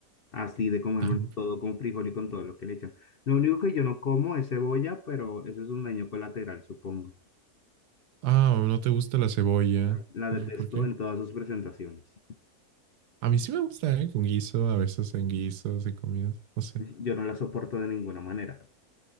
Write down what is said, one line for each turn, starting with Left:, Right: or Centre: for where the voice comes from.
Left: así de comerme
Right: Tam-
Left: todo con frijol y con todo lo que le echan. Lo único que yo no como es cebolla, pero eso es un daño colateral, supongo.
Right: Ah, no te gusta la cebolla.
Left: La
Right: ¿Por,
Left: detesto
Right: por qué?
Left: en todas sus presentaciones.
Right: A mí sí me gusta, ¿eh? Con guiso, a veces en guisos y comidas. No sé.
Left: Yo no la soporto de ninguna manera.